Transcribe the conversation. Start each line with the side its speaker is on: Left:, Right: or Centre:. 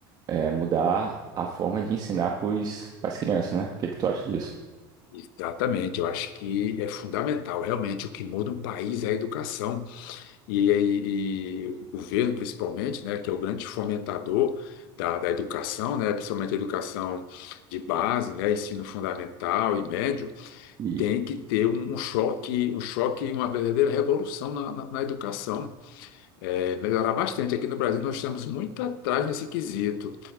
Right: é, mudar a forma de ensinar para as crianças, né? O que que tu acha disso?
Left: Exatamente, eu acho que é fundamental. Realmente, o que muda um país é a educação e, e- e o governo, principalmente, né, que é o grande fomentador da, da educação, né, principalmente a educação de base, né, ensino fundamental e médio,
Right: E,
Left: tem que ter um, um choque, um choque, e uma verdadeira revolução na, na, na educação. É, melhorar bastante. Aqui no Brasil, nós estamos muito atrás nesse quesito.